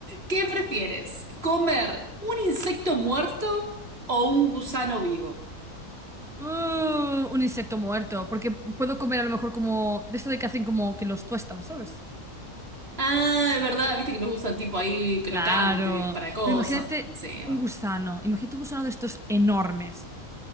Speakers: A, on the right; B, in the centre.
A: ¿qué prefieres? ¿Comer un insecto muerto o un gusano vivo?
B: Uh, un insecto muerto. Porque puedo comer a lo mejor como... De esto de que hacen como que los tuestan, ¿sabes?
A: Ah, es verdad, viste que los usan tipo ahí crocantes
B: Claro,
A: para cosas.
B: pero imagínate
A: Sí,
B: un
A: bueno.
B: gusano, imagínate un gusano de estos enormes.